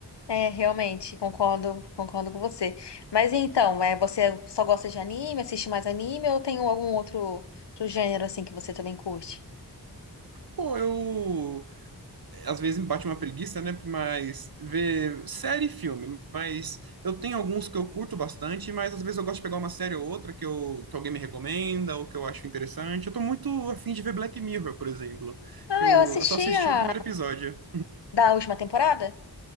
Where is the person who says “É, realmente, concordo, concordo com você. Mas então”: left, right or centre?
Left